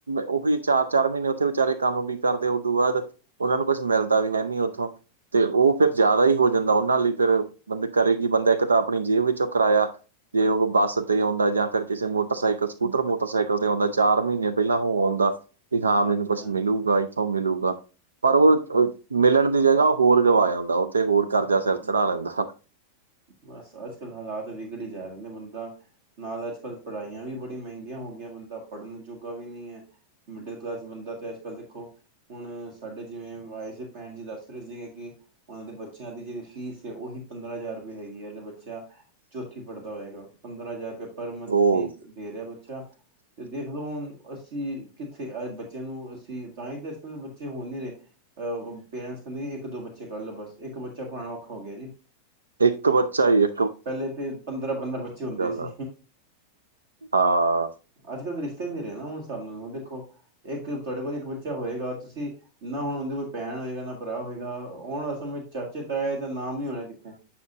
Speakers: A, on the right; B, on the right.
A: ਉਹੀ ਚਾਰ ਚਾਰ ਮਹੀਨੇ ਉੱਥੇ ਵਿਚਾਰੇ ਕੰਮ ਵੀ ਕਰਦੇ ਉਦੋਂ ਬਾਅਦ, ਉਹਨਾਂ ਨੂੰ ਕੁਛ ਮਿਲਦਾ ਵੀ ਹੈ ਨੀ ਉੱਥੋਂ, ਤੇ ਉਹ ਫਿਰ ਜ਼ਿਆਦਾ ਹੀ ਹੋ ਜਾਂਦਾ ਉਹਨਾਂ ਲਈ ਫਿਰ ਬਈ ਕਰੇ ਕਿ ਬੰਦਾ ਇੱਕ ਤਾਂ ਆਪਣੀ ਜੇਬ ਵਿੱਚੋਂ ਕਰਾਇਆ। ਜੇ ਉਹ ਬੱਸ ਤੇ ਆਉਂਦਾ ਜਾਂ ਫਿਰ ਕਿਸੇ ਮੋਟਰਸਾਈਕਲ ਸਕੂਟਰ ਮੋਟਰਸਾਈਕਲ ਤੇ ਆਉਂਦਾ ਚਾਰ ਮਹੀਨੇ ਪਹਿਲਾਂ ਹੋ ਆਉਂਦਾ। ਵੀ ਹਾਂ
B: ਹਾਂਜੀ
A: ਮੈਨੂੰ ਕੁਛ
B: ਹਾਂਜੀ
A: ਮਿਲੂਗਾ ਈ ਉਥੋਂ ਮਿਲੂਗਾ ਪਰ ਉਹ ਮਿਲਣ ਦੀ ਜਗ੍ਹਾ ਹੋਰ ਗਵਾ ਆਉਂਦਾ ਉੱਥੇ ਹੋਰ ਕਰਜ਼ਾ
B: ਹਮ,
A: ਸਿਰ, ਚੜ੍ਹਾ ਲੈਂਦਾ ਹ
B: ਬਸ ਅੱਜ ਕੱਲ ਹਾਲਾਤ ਵਿਗੜ ਹੀ ਜਾ ਰਹੇ ਨੇ ਬੰਦਾ, ਨਾਲ ਅੱਜ ਕੱਲ੍ਹ ਪੜ੍ਹਾਈਆਂ ਵੀ ਬੜੀਆਂ ਮਹਿੰਗੀਆਂ ਹੋ ਗਈਆਂ ਬੰਦਾ ਪੜ੍ਹਨ ਜੋਗਾ ਵੀ ਨਹੀਂ ਹੈ। ਮਿਡਲ ਕਲਾਸ ਬੰਦਾ ਤੇ ਅੱਜ ਕੱਲ੍ਹ ਦੇਖੋ। ਹੁਣ ਸਾਡੇ ਜਿਵੇਂ ਆਏ ਸੀ ਭੈਣਜੀ ਦੱਸ ਰਹੇ ਸੀਗੇ ਕਿ ਉਹਨਾਂ ਦੇ ਬੱਚਿਆਂ ਦੀ ਜਿਹੜੀ ਫੀਸ ਉਹੀ ਪੰਦਰਾਂ ਹਜ਼ਾਰ ਮਹੀਨੇ ਦੀ ਹੈਗੀ ਆ ਜੋ ਬੱਚਾ ਚੌਥੀ ਪੜ੍ਹਦਾ ਹੋਏਗਾ ਪੰਦਰਾਂ ਹਜ਼ਾਰ ਰੁਪਏ ਪਰ ਮੰਥ
A: ਉਹ
B: ਫੀਸ ਦੇ ਰਿਹਾ ਬੱਚਾ ਤੇ ਦੇਖ ਲਓ ਹੁਣ ਅਸੀਂ ਕਿੱਥੇ ਆ ਬੱਚੇ ਨੂੰ ਅਸੀਂ ਤਾਂ ਹੀ ਤਾਂ ਅੱਜ ਕੱਲ ਬੱਚੇ ਉਹ ਨਹੀਂ ਰਹੇ। ਅਹ ਪੇਰੈਂਟਸ ਕਹਿੰਦੇ ਇੱਕ ਦੋ ਬੱਚੇ ਕਰ ਲੋ ਬਸ ਇੱਕ ਬੱਚਾ ਪੜਾਉਣਾ ਔਖਾ ਹੋ ਗਿਆ ਜੀ।
A: ਇੱਕ ਬੱਚਾ ਹੀ ਹੈ
B: ਪਹਿਲੇ ਤੇ ਪੰਦਰਾਂ ਪੰਦਰਾਂ ਬੱਚੇ ਹੁੰਦੇ ਸੀ।
A: ਆ ਹਾਂ
B: ਅੱਜ ਕੱਲ੍ਹ ਦੇ ਰਿਸ਼ਤੇ ਨੀ ਰਹੇ ਨਾ ਹੁਣ ਹਿਸਾਬ ਦੇਖੋ ਇੱਕ ਤੁਹਾਡੇ ਕੋਲ ਇੱਕ ਬੱਚਾ ਹੋਏਗਾ ਤੁਸੀਂ ਨਾ ਹੁਣ ਉਹਦੇ ਕੋਈ ਭੈਣ ਹੋਏਗਾ ਨਾ ਭਰਾ ਹੋਏਗਾ ਹੁਣ ਅਸਲ ਚਾਚੇ ਤਾਏ ਦਾ ਨਾਮ ਨਹੀਂ ਹੋਣਾ ਕਿੱਥੇ